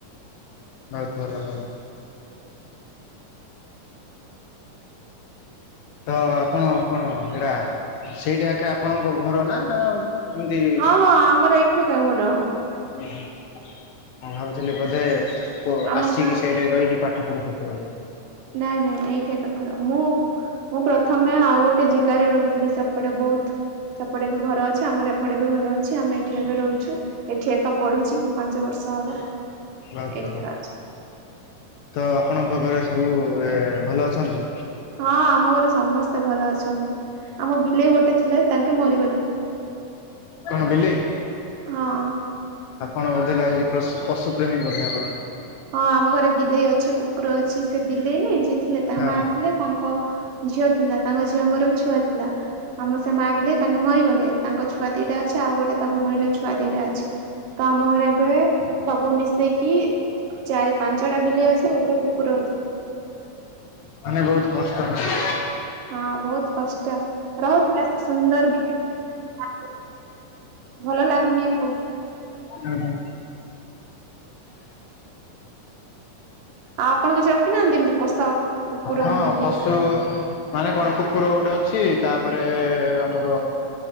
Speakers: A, on the left (about 75°); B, on the right (about 80°).
A: ବହୁତ୍ ଭଲ କଲ। ତ ଆପଣ କଣ ସେଟା ସେଇଟା ଏକା ଆପଣଙ୍କ ଘର ନା ଆଉ ଏମିତି
B: ହଁ ହଁ ଆମର ଏଇଠି ଏକା ଘର
A: ଉହୁଁ। ମୁଁ ଭାବୁଥିଲି ବୋଧେ ପ
B: ଆମ
A: ଆସିକି
B: ଗାଁ
A: ସେଇଠେ ରହିକି ପାଠପଢୁ ଥିଲୁ ବୋଲିକି।
B: ନାଇଁ ନାଇଁ ନାଇଁ ଏଇଠି ଏକା ଘର ମୁଁ ମୁଁ ପ୍ରଥମେ ଆଉ ଗୋଟେ ଜିଲ୍ଲରେ ରୋହୁଥିଲି ସେପଟେ ବୋହୁତ ସେପଟେ ବି ଘର ଅଛି ଆମର ଏପଟେ ବି ଘର ଅଛି ଆମେ ଏଠି ଏବେ ରୋହୁଛୁ ଏଠି ଏକା ପଢୁଛି ପାଞ୍ଚ ବର୍ଷ ହବ।
A: ବହୁତ
B: ଏଠି
A: ଭଲ।
B: ଆଇନା ଅଛି।
A: ତ ଆପଣଙ୍କ ଘରେ ସବୁ ଏ ଭଲ ଅଛନ୍ତି।
B: ହଁ ଆମ ଘରେ ସମସ୍ତେ ଭଲ ଅଛନ୍ତି ଆମ ବିଲେଇ ଗୋଟେ ଥିଲା ତାଙ୍କେ ମରିଗଲେ।
A: କଣ ବିଲେଇ।
B: ହଁ।
A: ଆପଣ ବୋଧେ ଲାଗୁଚି ପଶୁ ପଶୁ ପ୍ରେମୀ ବୋଧେ ଆପଣ।
B: ହଁ ଆମ ଘରେ ବିଲେଇ ଅଛି କୁକୁର ଅଛି ସେ ବିଲେଇ ନାଇଁ ଯିଏ ଥିଲେ ତାଙ୍କ
A: ହଁ
B: ମାଆ ଥିଲେ ତାଙ୍କ ଝିଅ ଥିଲା ତାଙ୍କ ଝିଅଙ୍କର ବି ଛୁଆ ଥିଲା ଆମ ସେ ମାଆ ବିଲେ ତାଙ୍କେ ମରିଗଲେ। ତାଙ୍କ ଛୁଆ ଦିଟା ଅଛି ଆଉ ଗୋଟେ ତା ଭଉଣୀର ଛୁଆ ଦିଟା ଅଛି ତ ଆମ ଘରେ ଏବେ ସବୁ ମିଶ ସେଇକି ଚାରି ପାଞ୍ଚଟା ବିଲେଇ ଅଛି ଗୋଟେ କୁକୁର ଅଛି।
A: ମାନେ ବହୁତ କଷ୍ଟ ହୁଁ
B: ହଁ ବୋହୁତ କଷ୍ଟ ରହୁଥିଲା ସେ ସୁନ୍ଦର ବିଲେଇ। ଭଲ ଲାଗୁନି ଆଉ।
A: ଉହୁଁ।
B: ଆଉ ଆପଣ କିଛି ରଖିନାହାନ୍ତି ଏମିତି ପୋଷା କୁକୁର
A: ହଁ
B: କି ବିଲେଇ
A: ପଶୁ ମାନେ କଣ କୁ କୁକୁର ଗୋଟେ ଅଛି ତାପରେ ଆମର